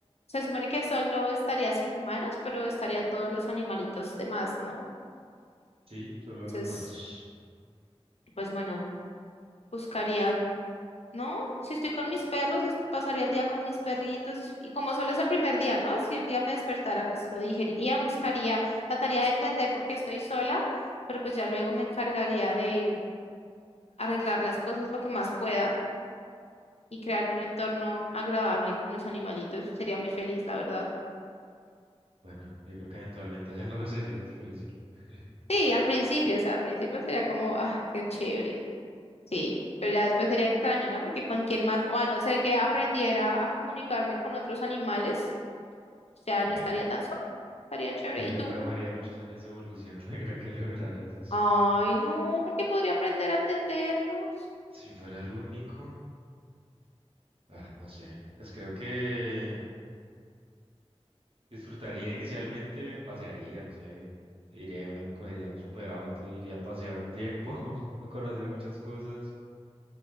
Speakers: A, on the left; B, on the right.
A: se supone que solo estaría sin humanos, pero estarían todos los animalitos demás, ¿no?
B: Sí, solo
A: Entonces,
B: los humanos.
A: pues bueno, buscaría No, si estoy con mis perros, est- pasaría el día con mis perritos y, s- y como solo es el primer día, ¿no? Si un día me despertara, pues lo digeriría, buscaría, trataría de entender por qué estoy sola, pero pues ya luego me encargaría de arreglar las cosas lo que más pueda y crearme un entorno agradable con los animalitos. Sería muy feliz, la verdad.
B: Bueno, yo creo que eventualmente ya no lo serías, pero sí. <laughs>
A: Sí, al principio, o sea, al principio sería como, ah, qué chévere. Sí, pero ya después sería extraño, ¿no? Porque con quién más, o a no ser que aprendiera a comunicarme con otros animales, ya
B: Bueno,
A: no estaría tan sola. Estaría chévere.
B: creo
A: ¿Y
B: que
A: tú?
B: tomaría muchos años de evolución <laughs> para que lograras eso.
A: Ay, no, porque podría aprender a entenderlos.
B: Si yo fuera el único, ah, no sé, pues creo que Disfrutaría inicialmente, pasearía, no sé, iría, me cogería un super auto, iría a pasear un tiempo, <laughs> a conocer muchas cosas,